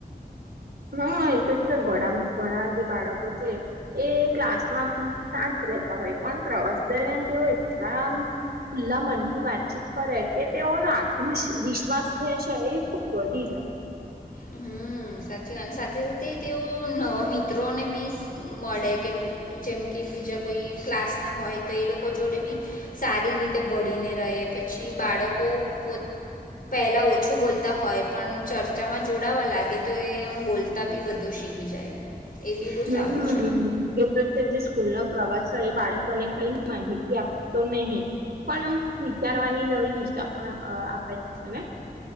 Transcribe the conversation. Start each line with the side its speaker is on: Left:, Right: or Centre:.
Right: હહ એ તો છે ઘણા ઘણા જે બાળકો છે એ ક્લાસમાં આમ શાંત રહેતા હોય પણ પ્રવાસ દરમિયાન તો એટલા આમ ખુલ્લા મનથી વાતચીત કરે કે તેઓને આત્મવિશ્વાસ જે છે એ ખૂબ વધી જાય.
Left: હમ સાચી અને સાથે સાથે તેઓ નવા મિત્રોને બી મળે કેમ જેમ કે બીજા કોઈ ક્લાસના હોય તો એ લોકો જોડે બી સારી રીતે ભળીને રહે પછી બાળકો પોત પહેલા ઓછું બોલતા હોય પણ ચર્ચામાં જોડાવા લાગે તો એ એમ બોલતા બી બધુ શીખી જાય. એ બી
Right: હમ
Left: બહુ સારું છે
Right: એ પ્રત્યે જે સ્કૂલના પ્રવાસ એ બાળકોને ખાલી માહિતી આપતો નહીં. પણ આમ વિચારવાની નવી દિશા પણ અ આપે છે ને?